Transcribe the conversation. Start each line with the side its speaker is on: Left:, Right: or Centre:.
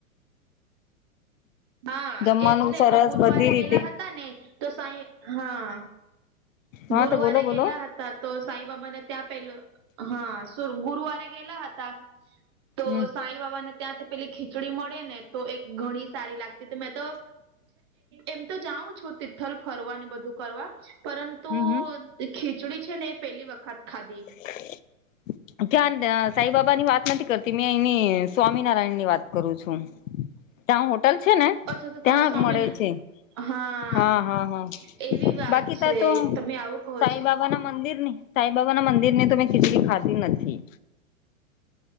Right: હા
Left: જમવાનું
Right: એજને
Left: સરસ
Right: તો ગુરુવારે
Left: બધી રીતે
Right: ગયેલા હતા ને તો સાઈ હા...
Left: હા
Right: ગુરવારે
Left: તો બોલો બોલો
Right: ગેલા હતાં... તો સાઈબાબાને ત્યા પહેલું હા ગુરુવારે ગેલા હતા... તો
Left: હમ
Right: સાંઈબાબા ને ત્યાંથી પેલી ખીચડી મળે ને તો એક ઘણી સારી લાગતી. મેં તો એમ તો જાઉં છું તિથલ ફરવા ને બધું કરવા. પરંતુ
Left: હમ હમ
Right: ખીચડી છે ને એ પેલી વખત ખાધી.
Left: <unintelligible> ત્યાં સાંઈબાબા ની વાત નથી કરતી મેં એની સ્વામિનારાયણ ની વાત કરું છું. ત્યાં હોટલ છે ને
Right: અચ્છા તો
Left: ત્યાં
Right: તમે સ્વામિના
Left: મળે છે.
Right: હા
Left: હ હ હ
Right: એવી વાત
Left: બાકી
Right: છે
Left: તા તો
Right: તમે આવું કહો
Left: સાંઈબાબા...
Right: છો
Left: બા ના મંદિર ની સાંઈબાબા ના મંદિર ની તો મેં ખીચડી ખાતી જ નથી.